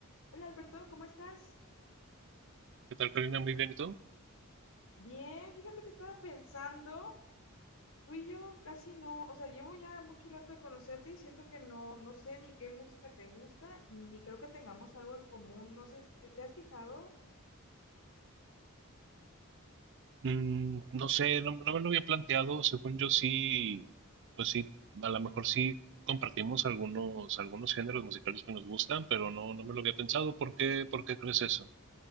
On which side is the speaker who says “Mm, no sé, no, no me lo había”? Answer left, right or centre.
Right